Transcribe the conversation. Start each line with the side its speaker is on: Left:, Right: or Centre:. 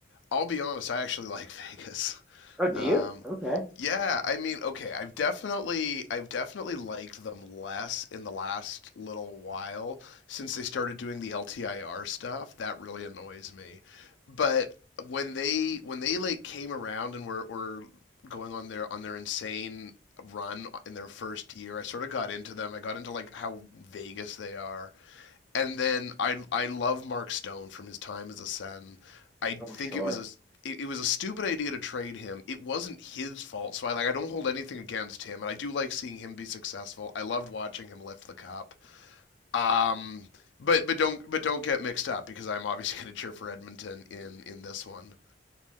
Left: I'll be honest, I actually <laughs> like Vegas.
Centre: Oh, do
Left: Um,
Centre: you? Okay.
Left: yeah, I mean, okay, I've definitely I've definitely liked them less in the last little while since they started doing the LTIR stuff. That really annoys me. But when they when they like came around and were were going on their on their insane run in their first year, I sort of got into them. I got into like how Vegas they are and then I I love Mark Stone from his time as a Sen. I think
Centre: Oh, sure.
Left: it was a it, it was a stupid idea to trade him. It wasn't his fault, so I like I don't hold anything against him, and I do like seeing him be successful. I loved watching him lift the cup. Um, but but don't but don't get mixed up because I'm obviously <laughs> going to cheer for Edmonton in in this one.